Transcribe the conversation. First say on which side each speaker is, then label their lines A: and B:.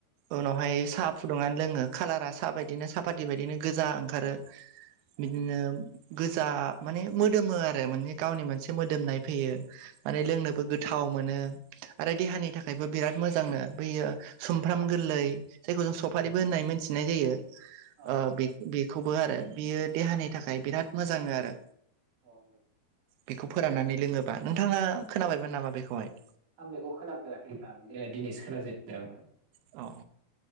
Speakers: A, on the right (about 80°); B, on the right (about 50°).
A: उनावहाय साहा फुदुंनानै लोङो कालारा साहा बायदिनो सापादि बायदिनो गोजा ओंखारो बिदिनो
B: औ
A: गोजा माने मोदोमो आरो माने गावनि मोनसे मोदोमनाय फैयो माने लोंनोबो गोथाव मोनो आरो देहानि थाखायबो बिराद मोजांनो बैयो सुमफ्राम गोरलै जायखौ जों सफारिबो
B: औ
A: होननाय थिनाय जायो।
B: औ
A: ओ बेखौबो आरो बियो देहानि थाखाय बिराद मोजां आरो
B: औ
A: बेखौ फोराननानै लोङोबा नोंथाङा खोनाबायमोन नामा बेखौहाय
B: आं बेखौ खोनाफेराखै नां दिनैसो खोनाजेनदों आंओ
A: अ